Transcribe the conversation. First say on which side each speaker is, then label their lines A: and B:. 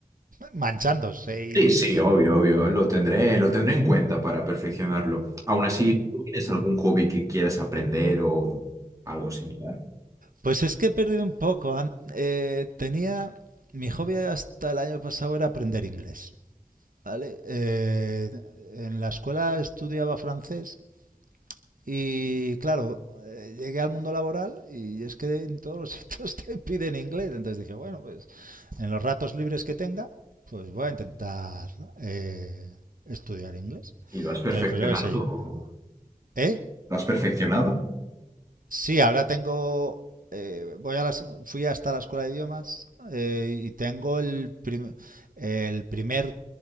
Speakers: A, on the right; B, on the right.
A: manchándose y...
B: Sí, sí, obvio, obvio, lo tendré, lo tendré en cuenta para perfeccionarlo. Aún así, ¿tú tienes algún hobby que quieras aprender o algo similar?
A: Pues es que he perdido un poco. eh, tenía... Mi hobby hasta el año pasado era aprender inglés. ¿vale? Eh, en la escuela estudiaba francés y, claro, eh, llegué al mundo laboral y es que en todos los <laughs> sitios te piden inglés. Entonces dije, bueno, pues en los ratos libres que tenga, pues voy a intentar eh, estudiar inglés.
B: ¿Y lo has perfeccionado?
A: Entonces, pues yo qué sé, ¿eh?
B: ¿Lo has perfeccionado?
A: Sí, ahora tengo. eh, voy a las- fui hasta la escuela de idiomas eh, y tengo el, prim- el primer